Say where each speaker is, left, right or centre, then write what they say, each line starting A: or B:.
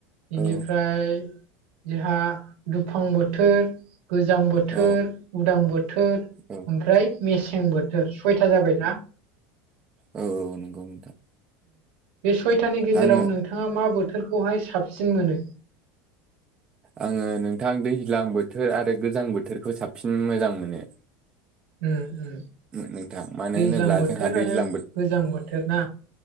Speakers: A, on the right; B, on the right.
A: बेनिफ्राय
B: औ
A: जोंहा दुफां बोथोर, गोजां बोथोर,
B: औ
A: उदां बोथोर,
B: औ
A: ओमफ्राय मेसें बोथोर सयथा जाबायना?
B: औ औ नंगौ नोंथां
A: बे सयथानि गेजेराव
B: आङो
A: नोंथाङा मा बोथोरखौहाय साबसिन मोनो?
B: आङो नोंथां दैज्लां बोथोर आरो गोजां बोथोरखौ साबसिन मोजां मोनो।
A: ओ ओम
B: नोंथां मानो
A: दैज्लां
B: होनोब्ला
A: बोथोर
B: जोंहा दैज्लां
A: आरो
B: बो
A: गोजां बोथोर ना?